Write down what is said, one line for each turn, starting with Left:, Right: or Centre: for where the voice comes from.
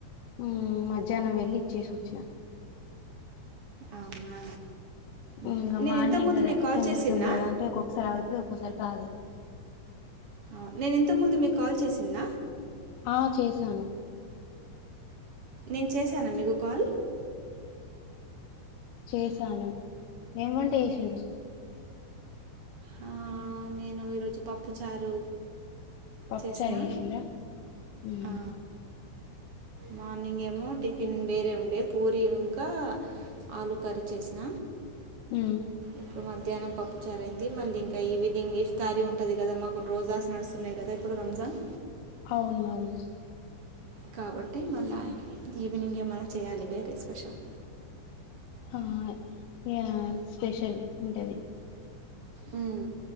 Left: ఉమ్ మధ్యానం వెళ్లి ఇచ్చేసి వొ చ్చిన
Right: అవునా ఉమ్,
Left: ఇంగ
Right: నేను
Left: మార్నింగ్
Right: ఇంతకుముందు
Left: కదా
Right: మీకు కాల్
Left: తొందర
Right: చేసిన్నా
Left: తొందరగా అంటే ఒకొక్కసారి అయితది ఒ క్కోసారి కాదు
Right: అవును నేను ఇంతకు ముందు మీకు కాల్ చేసిన్న
Left: ఆ చేసాను
Right: నేను చేశానా మీకు కాల్
Left: చేసాను ఎంవంట చేసిర్రు
Right: ఆ ఈ రోజు పప్పు చారు
Left: పప్పు
Right: చేసిన
Left: చారు చేసిండ్రా హ్మ్
Right: ఆ, మార్నింగ్ ఏమో టిఫిన్ వేరే ఉండే పూరి ఇంకా ఆలు కర్రీ చేసిన
Left: మ్మ్
Right: ఇప్పుడు మధ్యాహ్నం పప్పుచరైంది మళ్ళీ ఇంకా ఈవినింగ్ ఈఫ్ తారీ ఉంటుంది కదా మాకు రోజాస్ నడుస్తున్నాయి కదా ఇప్పుడు రంజాన్
Left: అవును అవును
Right: కాబట్టి మళ్ళా ఈవినింగ్ ఏమైనా చేయాలి వేరే స్పెషల్
Left: అ య స్పెషల్ ఉంటది
Right: హ్మ్మ్